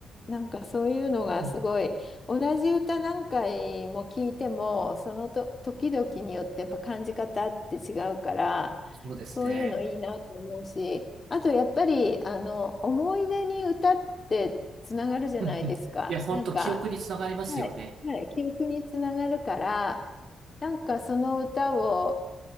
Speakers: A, on the left; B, on the right.
A: なんかそういうのがすごい同じ歌何回も聞いてもそのと時々によってやっぱ感じ方って違うからそういうのいいなと思うしあとやっぱりあの思い出に歌ってつながるじゃないですかなんか、
B: うん、そうですね。うんうん。いや、本当記憶につながりますよね。
A: はいはい、記憶につながるからなんかその歌を